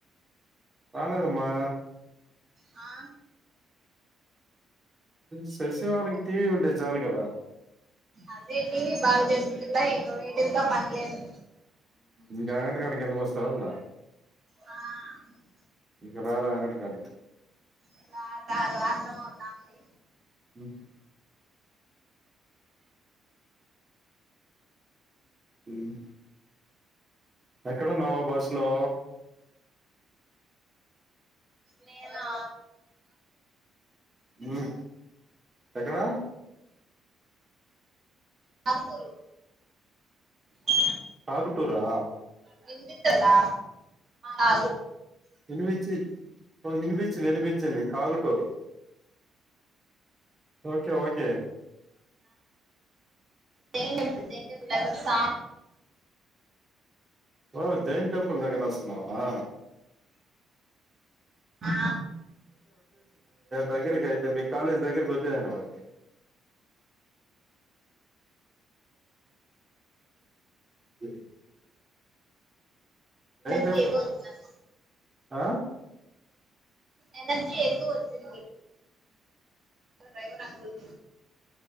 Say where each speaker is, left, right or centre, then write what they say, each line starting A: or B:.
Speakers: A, on the right; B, on the right.
A: రాలేదమ్మా
B: ఆ
A: శశి
B: ఇంక
A: వాళ్ళకి టీవీ ఉంటే చాలు కదా
B: అదె టీవి బాగా జే పితుల్ల ఇంగ వీటుల్తో పని లేదు
A: ఇంక అంగటకాడికి ఎందుకు వస్తా రోల్ల
B: ఆ రారు
A: ఇంక రారు అంగటకాడి
B: ఇక తర్వాత <unintelligible> అవుతాంది
A: ఉహ్ హమ్ ఎక్కడున్నావ్ బస్ లో
B: నేనా
A: ఉమ్ ఎక్కడా
B: అలుగుూరు అ
A: ఆగుటూరా
B: నింటిట్దా ఆ
A: ఇని వచ్చి ఇపి నినిపించింది కాకటూరు ఓకే ఓకే
B: జ గ స
A: ఓ జైన్ టెంపల్ నగర నావా
B: ఆ
A: దగరకితే మీ కాలజ దగ్గరకుతేనా మా జ
B: మగే
A: టెంపుల్
B: గోతు న
A: ఆ
B: ఎనర్జీ ఎక్కువ వచ్చింది డ్రైవర్ అనుకుల్